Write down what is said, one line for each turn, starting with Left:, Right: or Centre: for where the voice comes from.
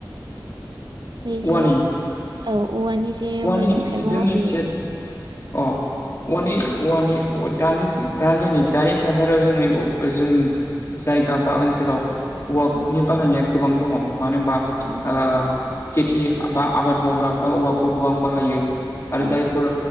Right: बै
Left: औवानि
Right: जे औ औवानि जे
Left: औवानि
Right: मैगं थाइगङाव
Left: जोंनि
Right: होयो
Left: खिया
Right: जे
Left: अ औवानि औवानि औव दानि दानि नै दानि थासारियाव जोंनि जोंनि जायगा बा ओनसोलाव औवाफोरनि
Right: औ
Left: बाहायनाया गोबां दङ मानो होनबा
Right: औ
Left: ओ खेथि बा आबाद मावग्राफ्रा औवाखौ गोबां बाहायो आरो
Right: औ
Left: जायफोर